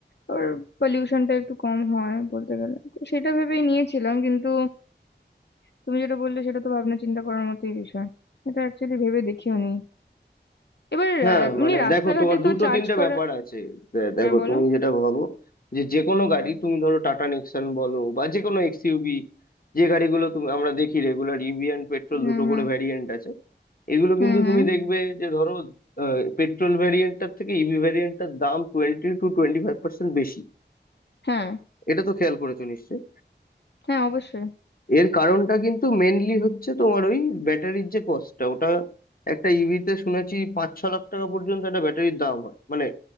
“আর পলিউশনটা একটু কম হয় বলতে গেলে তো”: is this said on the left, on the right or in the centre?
Left